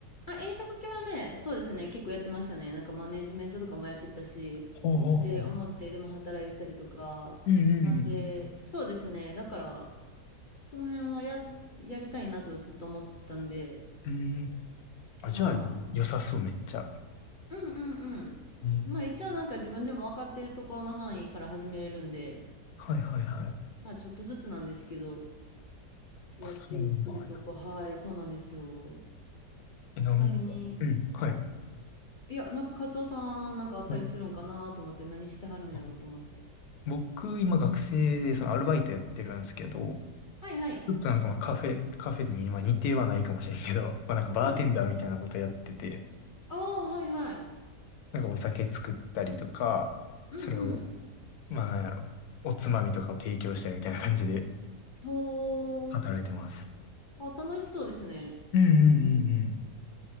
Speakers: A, on the left; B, on the left.
A: あ、飲食系はね、そうですね、結構やってましたね。なんかマネジメントとかもやってたし、
B: ほうほうほうほう。
A: で、表でも働いてたりとか、
B: うんうん
A: なんで、そうですね、だから、その辺はや、やりたいなとはずっと思ったんで、
B: うん。うん。あ、じゃあ良さそうめっちゃ。
A: はい。うんうんうん。
B: うん
A: まあ一応なんか自分でも分かってるところの範囲から始めれるんで、
B: はいはいはい。
A: まあちょっとずつなんですけど、やっていってるとこ、
B: あ、そうなんや。
A: はい、そうなんですよ。
B: え、なんか
A: ちなみに、
B: <laughs>、うん、はい。
A: いや、なんかカツオさんなんかあったりするんかなと思って、
B: はい
A: 何してはるんやろうと思って。
B: あ僕、今学生でそのアルバイトやってるんですけど、
A: はいはい。
B: ちょっとなんかまあカフェ、カフェにまあ似てはないかもしれんけど、まあなんかバーテンダーみたいなことやってて、
A: うんうん。ああ、はいはい。
B: なんかお酒作ったりとか、
A: うんうん。
B: それをまあなんやろ。おつまみとかを提供したりみたいな感じで
A: ほー。
B: 働いてます。
A: あ、楽しそうですね。
B: うんうんうんうん。